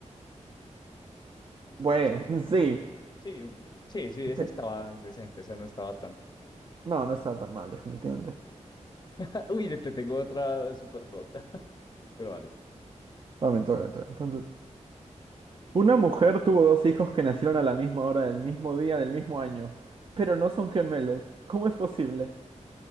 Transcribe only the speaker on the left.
O sea,
sí, sí, sí, esa
estaba decente, esa no estaba tan.
<laughs> Uy, te tengo otra súper tota, <laughs> pero vale.